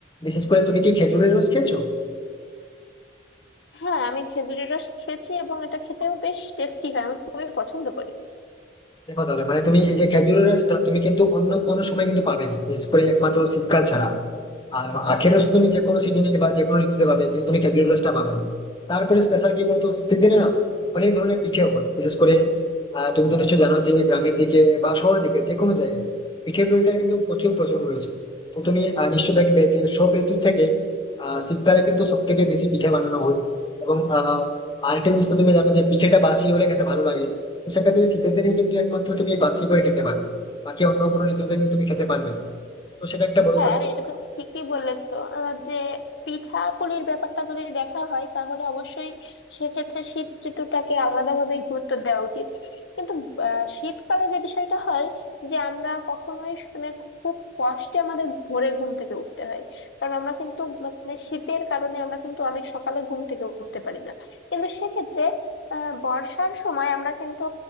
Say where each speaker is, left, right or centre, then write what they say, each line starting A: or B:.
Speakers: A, on the left; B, on the left.
A: বিশেষ করে তুমি কি খেজুরের রস খেয়েছো
B: হ্যাঁ আমি খেজুরের রস খেয়েছি এবং এটা খেতেও বেশ টেস্টি হয় আমি খুবই পছন্দ করি
A: দেখো তাহলে মানে তুমি এই যে খেজুরের রসটা তুমি কিন্তু অন্য কোনো সময় কিন্তু পাবে না বিশেষ করে একমাত্র শীতকাল ছাড়া আর আখের রস তুমি যে কোনো সিজনে বা যে কোনো ঋতুতে পাবে কিন্তু তুমি খেজুরের রসটা পাবে না তারপরে স্পেশাল কি বলতো শীতের দিনে না অনেক ধরনের পিঠে হয় বিশেষ করে আহ, তুমি তো নিশ্চয়ই জানো যে গ্রামের দিকে বা শহরের দিকে যে কোনো জায়গায় পিঠে পুলিটার কিন্তু প্রচুর প্রচলন রয়েছে তো তুমি আহ, নিশ্চয়ই দেখবে যে সব ঋতু থেকে আহ শীতকালে কিন্তু সব থেকে বেশি পিঠে বানানো হয় এবং আহ আরেকটা জিনিস তো তুমি জানো যে পিঠেটা বাসি হলে খেতে ভালো লাগে তো সেক্ষেত্রে শীতের দিনে কিন্তু একমাত্র তুমি বাসি করে খেতে পারবে বাকি অন্য কোনো ঋতুতে কিন্তু তুমি খেতে পারবে না তো সেটা একটা বড়
B: হ্যাঁ
A: কারণ হতে
B: এটা
A: পারে।
B: তুমি ঠিকই বলেছো আহ, যে পিঠাপুলির ব্যাপারটা যদি দেখা হয় তাহলে অবশ্যই সেক্ষেত্রে শীত ঋতুটাকে আলাদাভাবে গুরুত্ব দেওয়া উচিত কিন্তু আহ, শীতকালে যে বিষয়টা হয় যে আমরা কখনোই মানে খুব কষ্টে আমাদের ভোরে ঘুম থেকে উঠতে হয় কারণ আমরা কিন্তু মানে শীতের কারণে আমরা কিন্তু অনেক সকালে ঘুম থেকে উঠতে পারি না কিন্তু সেক্ষেত্রে আহ বর্ষার সময় আমরা কিন্তু